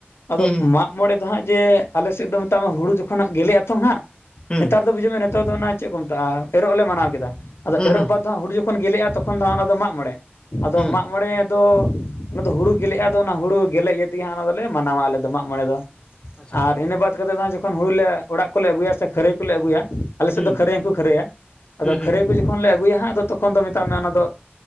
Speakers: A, on the left; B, on the left.
A: ᱟᱫᱚ
B: ᱦᱩᱸ
A: ᱢᱟᱜ ᱢᱚᱬᱮ ᱫᱚ ᱦᱟᱸᱜ ᱡᱮ ᱟᱞᱮ ᱥᱮᱫ ᱫᱚ ᱢᱮᱛᱟᱜ ᱢᱮ ᱦᱩᱲᱩ ᱡᱚᱠᱷᱚᱱ ᱜᱮᱞᱮᱜ ᱟᱛᱚ ᱦᱟᱸᱜ
B: ᱦᱩᱸ
A: ᱱᱮᱛᱟᱨ ᱫᱚ ᱵᱩᱡᱩᱜ ᱢᱮ ᱱᱮᱛᱟᱨ ᱫᱚ ᱚᱱᱟ ᱪᱮᱫ ᱠᱚ ᱢᱮᱛᱟᱜ-ᱟ? ᱮᱨᱚᱜ ᱞᱮ ᱢᱟᱱᱟᱣ ᱠᱮᱫᱟ᱾ ᱟᱫᱚ
B: ᱦᱩᱸ ᱦᱩᱸ
A: ᱮᱨᱚᱜ ᱵᱟᱫᱷᱚ ᱫᱚ ᱦᱟᱜ ᱦᱩᱲᱩ ᱡᱚᱠᱷᱚᱱ ᱜᱮᱞᱮᱜ-ᱟ ᱛᱚᱠᱷᱚᱱ ᱫᱚ ᱦᱟᱜ ᱚᱱᱟ ᱫᱚ ᱢᱟᱜ ᱢᱚᱬᱮ ᱟᱫᱚ
B: ᱦᱩᱸ
A: ᱢᱟᱜ ᱢᱚᱬᱮ ᱫᱚ ᱚᱱᱟ ᱫᱚ ᱦᱩᱲᱩ ᱜᱮᱞᱮᱜᱼᱟ ᱟᱫᱚ ᱚᱱᱟ ᱦᱩᱲᱩ ᱜᱮᱞᱮᱫ ᱤᱭᱟᱹ ᱛᱮᱜᱮ ᱦᱟᱸᱜ ᱚᱱᱟ ᱫᱚᱞᱮ ᱢᱟᱱᱟᱣᱟ ᱟᱞᱮ ᱫᱚ ᱢᱟᱜ ᱢᱚᱬᱮ ᱫᱚ
B: ᱟᱪᱪᱷᱟ
A: ᱟᱨ ᱤᱱᱟᱹ ᱵᱟᱫᱽ ᱠᱟᱛᱮᱫ ᱫᱚ ᱡᱚᱠᱷᱚᱱ ᱦᱳᱲᱩ ᱞᱮ ᱚᱲᱟᱜ ᱠᱚᱞᱮ ᱟᱹᱜᱩᱭᱟ ᱥᱮ ᱠᱷᱟᱹᱨᱟᱹᱭ ᱠᱚᱞᱮ ᱟᱹᱜᱩᱭᱟ ᱟᱞᱮᱥᱮᱫ
B: ᱦᱩᱸ
A: ᱫᱚ ᱠᱷᱟᱹᱨᱟᱹᱭ ᱦᱚᱸᱠᱚ ᱠᱷᱟᱹᱨᱟᱹᱭᱟ ᱟᱫᱚ
B: ᱦᱩᱸ ᱦᱩᱸ
A: ᱠᱷᱟᱹᱨᱟᱹᱭ ᱩᱱᱠᱩ ᱡᱚᱠᱷᱚᱱ ᱞᱮ ᱟᱹᱜᱩᱭᱟ ᱦᱟᱸᱜ ᱟᱫᱚ ᱛᱚᱠᱷᱚᱱ ᱫᱚ ᱢᱮᱛᱟᱜ ᱢᱮ ᱚᱱᱟ ᱫᱚ